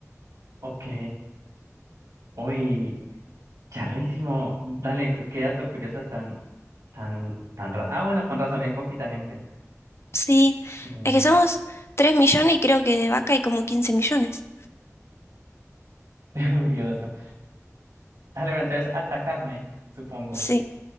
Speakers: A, on the right; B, on the left.
A: Ok. Uy, charrísimo. Dale, qué qué dato curioso tan, tan, tan... ra- Ah, bueno, con razón, hay poquita gente.
B: Sí,
A: Entendible.
B: es que somos 3 millones y creo que de vaca hay como 15 millones.
A: <laughs> Qué curioso. Dale, pero entonces, alta carne, supongo.
B: Sí,